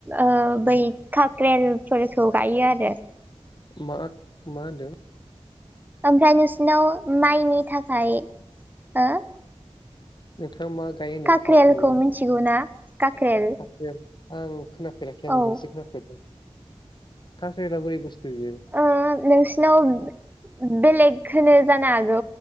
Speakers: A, on the right; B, on the left.
A: ओ बै काक्रेलफोरखौ गायो आरो
B: मा मा होनदों
A: ओमफ्राय नोंसिनाव माइनि थाखाय हो
B: नोंथाङा मा गायो होनदों
A: काक्रेलखौ
B: खाख्रेला
A: मिथिगौ ना काक्रेल
B: आं खोनाफेराखै आं
A: औ
B: दिनिसो खोनाफेरदों खांख्रेललआ बोरै बुस्थु बियो?
A: ओ नोंसिनाव बे-बेलेग होनो जानो हागौ